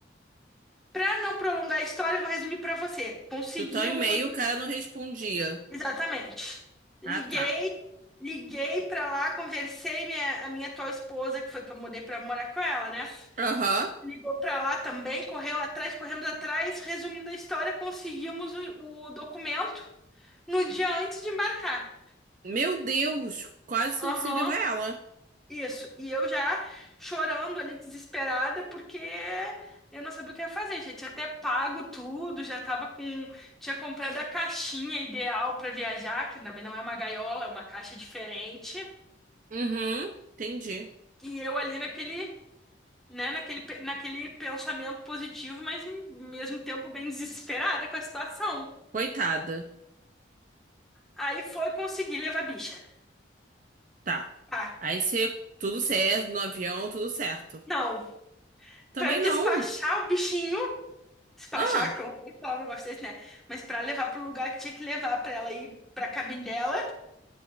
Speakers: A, in the centre; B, on the right.
A: Pra não prolongar a história, eu vou resumir pra você. Consegui
B: Do tal e-mail
A: o,
B: o cara não respondia.
A: Exatamente. Liguei,
B: Ah, tá.
A: liguei pra lá, conversei minha, a minha atual esposa, que foi que eu mudei pra morar com ela, né?
B: Aham.
A: Ligou pra lá também, correu atrás, corremos atrás, resumindo a história, conseguimos o, o documento no dia antes de embarcar.
B: Meu Deus, quase
A: Aham,
B: não consegui levar ela.
A: isso. E eu já chorando ali, desesperada, porque eu não sabia o que ia fazer. Já tinha até pago tudo, já tava com. Tinha comprado a caixinha ideal para viajar, que também não é uma gaiola, é uma caixa diferente.
B: Uhum, entendi.
A: E eu ali naquele, né, naquele, pe- naquele pensamento positivo, mas ao mesmo tempo bem desesperada com a situação.
B: Coitada.
A: Aí foi conseguir levar a bicha.
B: Tá.
A: Ah,
B: Aí você, tudo certo, no avião, tudo certo.
A: não.
B: Também
A: Pra despachar
B: não.
A: o bichinho, despachar,
B: Ah,
A: que eu vou falar um negócio desse, né? Mas pra levar pro lugar que tinha que levar pra ela ir pra cabine dela,